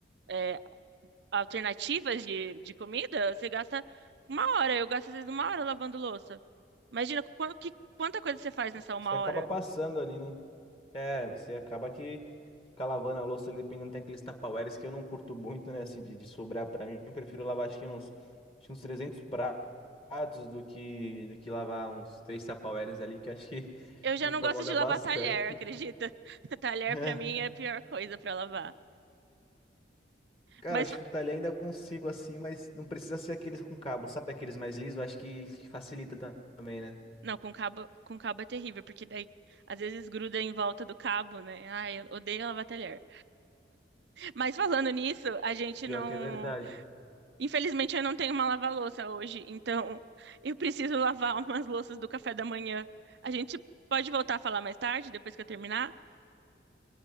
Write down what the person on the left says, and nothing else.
Você acaba
passando ali, né? É, você acaba que ficar lavando a louça ali, dependendo, tem aqueles tupperwares que eu não curto muito, né, assim, de, de sobrar pra mim. Eu prefiro lavar, acho que uns, acho que uns 300 pratos do que, do que lavar uns três tupperwares ali, que acho que <laughs>
me
incomoda
bastante,
né?
Cara,
chutar ali ainda consigo assim, mas não precisa ser aqueles com cabo, sabe? Aqueles mais lisos, acho que, que facilita tam- também, né?
Pior
que é verdade.